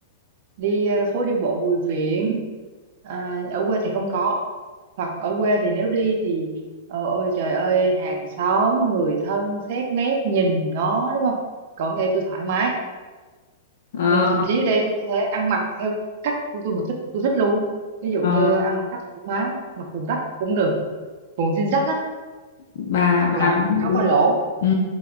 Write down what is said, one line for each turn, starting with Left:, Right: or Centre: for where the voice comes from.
Right: đi ờ, phố đi bộ Bùi Viện à, ở quê thì không có hoặc ở quê thì nếu đi thì ờ, ôi trời ơi hàng xóm người thân xét nét nhìn ngó đúng không còn ở đây tôi thoải mái
Left: Ờ,
Right: Ừ, thậm chí ở đây tôi có thể ăn mặc theo cách của tôi mà thích tôi thích luôn ví dụ
Left: ờ.
Right: như ăn mặc cách thoải mái mặc quần rách cũng được quần jean rách á
Left: bà
Right: hoặc
Left: bà
Right: là
Left: đúng
Right: mặc áo
Left: đúng
Right: ba lỗ
Left: ừ